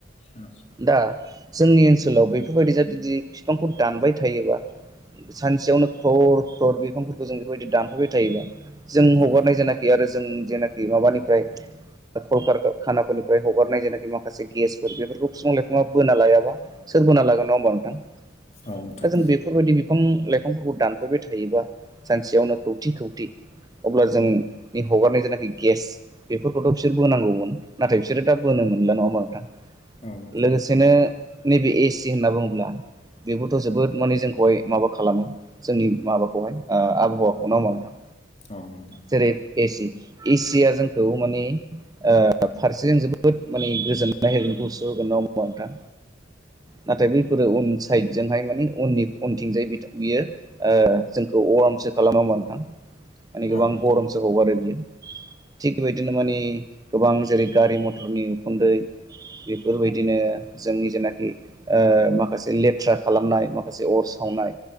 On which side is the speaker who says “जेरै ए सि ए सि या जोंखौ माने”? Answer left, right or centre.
Right